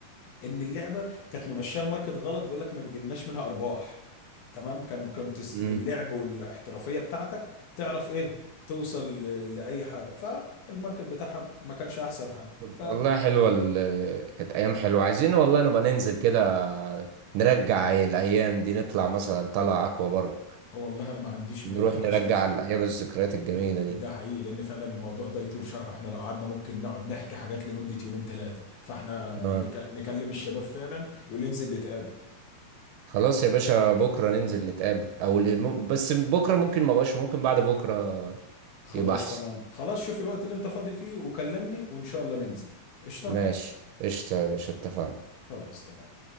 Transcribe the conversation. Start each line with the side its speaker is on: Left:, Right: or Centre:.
Left: ان اللعبه كانت ممشيه الماركت غلط بيقول لك ما بيجيبلناش منها ارباح تمام كان كنت س-
Right: امم
Left: باللعب والاحترافيه بتاعتك تعرف ايه توصل ل- لاي حاجه فالماركت بتاعها ما كانش احسن حاجه
Right: والله
Left: ف
Right: حلوه ال- كانت ايام حلوه عايزين والله نبقى ننزل كده نرجع الايام دي نطلع مثلا طلع اكوا بارك
Left: والله انا ما عنديش
Right: نروح
Left: مانع
Right: نرجع
Left: عشان فعلا
Right: الايام الذكريات الجميله دي
Left: ده حقيقي لان فعلا الموضوع ده يطول شرحه احنا لو قعدنا ممكن نقعد نحكي حاجات لمدة يومين ثلاثة فاحنا
Right: اه
Left: نك... نكلم الشباب فعلا وننزل نتقابل
Right: خلاص يا باشا بكرة ننزل نتقابل او اللي مم- بس بكرة ممكن ما بقاش ممكن بعد بكرة
Left: خلاص
Right: يبقى احسن
Left: تمام خلاص شوف الوقت اللي انت فاضي فيه وكلمني وان شاء الله ننزل قشطه
Right: ماشي قشطة يا باشا اتفقنا
Left: خلاص تمام